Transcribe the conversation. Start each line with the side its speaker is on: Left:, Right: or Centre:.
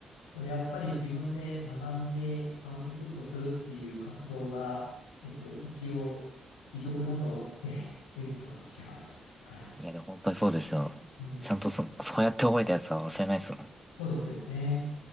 Left: でもやっぱり自分で学んでアウトプットするっていう活動が、えっと、一応美徳だと思って勉強してます。はい。
Centre: いや、でも本当にそうですよ。
Left: うん。
Centre: ちゃんとそ、そうやって覚えたやつは忘れないですもん。
Left: そうですよね。